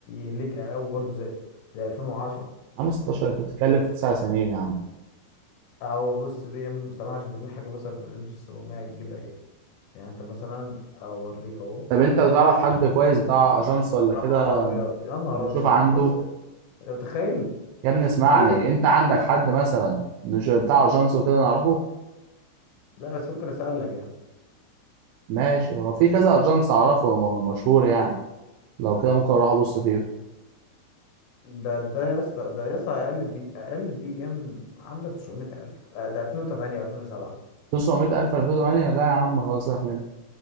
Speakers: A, on the left (about 75°); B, on the right (about 85°).
A: يهلكها او برضه زي زي 2010
B: عم 16 انت بتتكلم في 9 سنين يا عم
A: او بص بي ام مستعمل عشان تجيب حاجه مثلا في رينج 700 تجيبها ايه يعني انت مثلا اوريك اهو
B: طب انت تعرف حد كويس بتاع اجانس ولا
A: يا
B: كده
A: نهار ابيض يا نهار
B: نشوف
A: ابيض
B: عنده
A: ده بص انت متخيل
B: يا ابني اسمعني
A: بي ام
B: انت عندك
A: اه
B: حد مثلا مش بتاع اجانس وكده نعرفه
A: لا بس ممكن اسالك يعني
B: ماشي هو في كذا اجانس اعرفه م- مشهور يعني لو كده ممكن اروح ابص فيهم
A: ده ده يا اسطى ده يا اسطى اقل بي اقل بي ام عامله 900000 آه، ده 2008 و2007
B: 900000 2008 لا يا عم خلاص سيبك منه